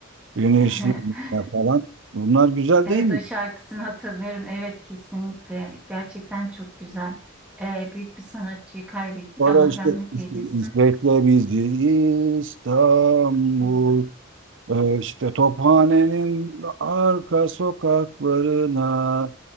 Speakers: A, on the right; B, in the centre.
A: Güneşli
B: <laughs>
A: günler falan. Bunlar güzel
B: Evet
A: değil mi?
B: o şarkısını hatırlıyorum. Evet kesinlikle. Gerçekten çok güzel. Ee, büyük bir sanatçıyı kaybettik.
A: Sonra
B: Allah
A: işte
B: rahmet
A: İs-
B: eylesin.
A: bizi İstanbul
B: Hı.
A: Ee, işte Tophane'nin arka sokaklarına